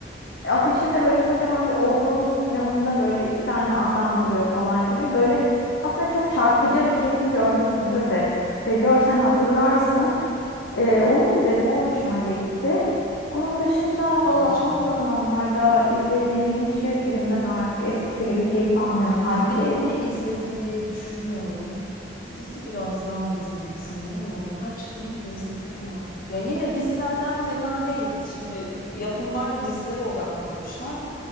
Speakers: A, on the left (about 70°); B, on the left (about 50°).
A: afişinde böyle kocaman bir obruğun yanında böyle iki tane adam duruyor falan gibi. Böyle aslında çok çarpıcı ve kesin görmüşsündür de e, görsen hatırlarsın. E, onu izledim o hoşuma gitti. Onun dışında valla
B: bakacağım.
A: son zamanlarda izlediğim hiçbir filmden artık eskisi gibi keyif almıyorum.
B: Aa,
A: Halbuki
B: film ne izledim diye düşünüyorum. Dizi biraz daha izledik sanırım ama birkaç film de izledik ama ya yine dizilerden fena değil. Şimdi yapımlar da dizilere odaklanmışlar.